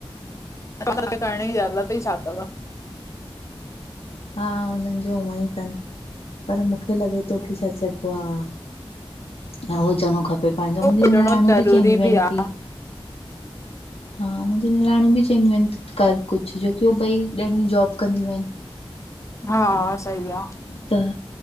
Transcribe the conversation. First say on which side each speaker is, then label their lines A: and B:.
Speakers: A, on the left (about 30°); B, on the left (about 80°).
A: त <unintelligible> करण ई जरुरत ई छा थव?
B: हा हुनन जो उंअं ई थनि पर मूंखे लॻे थो कि छा चइबो आ ऐं हुजणो खपे पंहिंजो, मुंजी
A: हुजणो
B: न नियाणूं
A: ज़रूरी
B: बि चवंदियूं आहिन
A: आ।
B: कि हा मुंजी निराणू बि चंइंदियूं आइन कर कुछ, जोकी उ भई ॾाणियूं जॉब कंदियूं आहिन।
A: हा, सही आ।
B: त